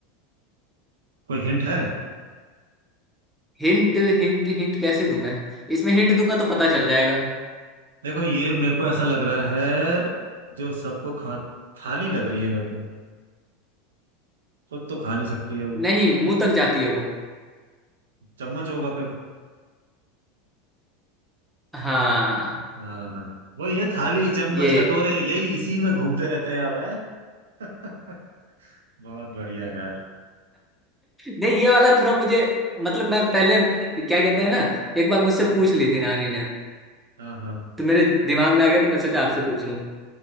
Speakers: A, on the right; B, in the centre.
A: कोई हिंट है
B: हिंट हिंट हिंट कैसे दूं मैं इसमें हिंट दूंगा तो पता चल जाएगा
A: देखो ये मेरे को ऐसा लग रहा है जो सबको खा थाली लग रही है मेरे को खुद तो खा नहीं सकती है वो
B: नहीं मुंह तक जाती है वो
A: चम्मच होगा फिर
B: हाँ
A: हाँ वो ये थाली चम्मच
B: ये
A: कटोरे यही इसी में घूमते रहते हैं हम हैं? <laughs> बहुत बढ़िया यार
B: नहीं ये वाला थोड़ा मुझे मतलब मैं पहले क्या कहते हैं ना एक बार मुझसे
A: हम्म
B: पूछ ली थी नानी ने
A: हाँ हाँ
B: तो मेरे दिमाग में आ गया तो मैं सोचा आपसे पूछ लूं